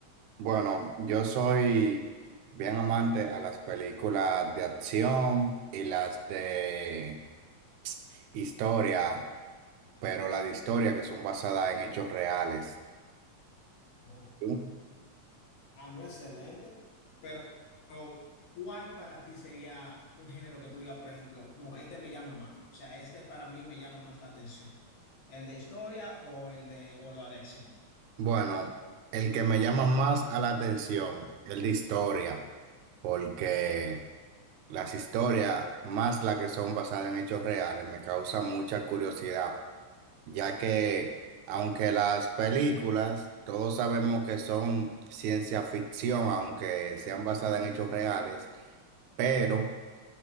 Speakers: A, on the right; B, on the left.
A: Bueno, yo soy bien amante a las películas de acción y las de historia, pero las de historia que son basadas en hechos reales.
B: Oh.
A: ¿no?
B: Ah, no, excelente. Pero, pero, ¿cuál para ti sería un género que tú digas, por ejemplo, no, este me llama más? O sea, este para mí me llama más la atención. ¿El de historia o el de o la de acción?
A: Bueno, el que me llama más a la atención, el de historia, porque las historias, más las que son basadas en hechos reales, me causan mucha curiosidad, ya que aunque las películas, todos sabemos que son ciencia ficción, aunque sean basadas en hechos reales, pero